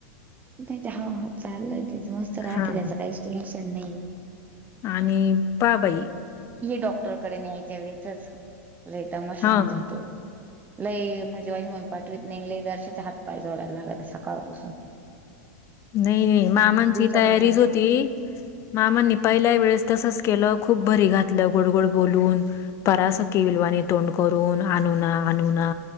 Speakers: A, on the right (about 20°); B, on the left (about 35°).
A: नाही हा चालय त्याच मस्त राहते
B: हां.
A: त्याचं काहीच टेन्शन नाही
B: आणि पाबाई
A: हे डॉक्टरकडे न्यायच्या वेळेसच रतामशाहन
B: हां.
A: जात हो लई म्हझे माजी म्हण पाठवीत नाही लय दर्शाचे हात पाय जोडायला लागत सकाळपसून
B: नाही नाही मामांची
A: दिवसापासून
B: तयारीच होती मामाांनी पहिल्या वेळेस तसच केलं खूप भरी घातलं गोड गोड बोलून परासखी विलवाने तोंड करून आणना आणुना